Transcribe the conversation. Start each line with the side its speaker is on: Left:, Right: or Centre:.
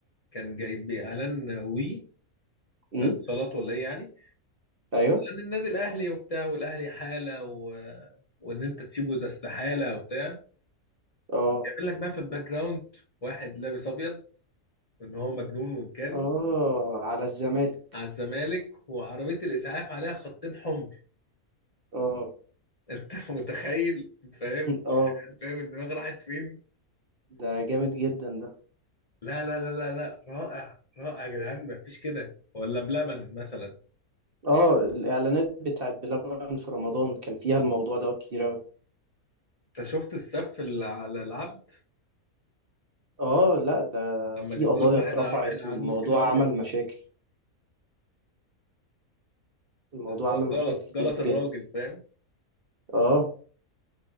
Left: كان جايب اعلان وي
Right: امم
Left: اتصالات ولا ايه يعني
Right: ايوه
Left: عن النادي الاهلي وبتاع والاهلي حاله و... وان انت تسيبه ده استحاله وبتاع
Right: اه
Left: يعمل لك بقى في الباك جراوند واحد لابس ابيض ان هو مجنون واتجن
Right: اه على الزمالك
Left: على الزمالك وعربيه الاسعاف عليها خطين حمر
Right: اه
Left: انت <laughs> متخيل فاهم
Right: <laughs> اه
Left: فاهم الدماغ راحت فين
Right: ده جامد جدا ده
Left: لا لا لا لا لا رائع رائع يا جدعان مفيش كده ولا بلبن مثلا
Right: اه الاعلانات بتاعت بلبن في رمضان كان فيها الموضوع دوت كتير اوي
Left: انت شفت السف اللي على العبد
Right: اه لا ده
Left: لما
Right: في
Left: جابوا
Right: قضايا
Left: لك واحد
Right: اترفعت
Left: راح عجوز
Right: والموضوع
Left: كده وهو بيموت
Right: عمل مشاكل الموضوع
Left: ده
Right: عمل مشاكل
Left: غلط
Right: كتير
Left: غلط الراجل
Right: جدا
Left: فاهم
Right: اه